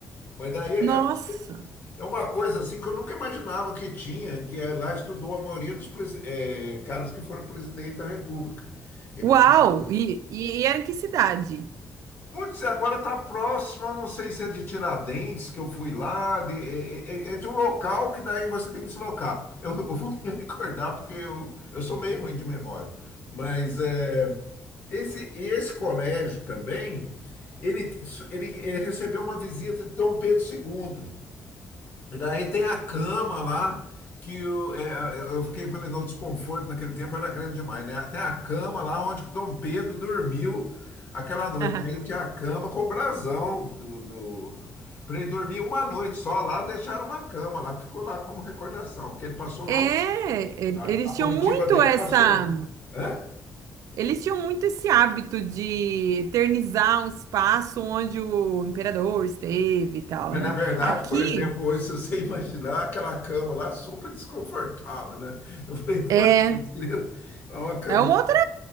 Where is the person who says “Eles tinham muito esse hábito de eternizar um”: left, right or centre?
Right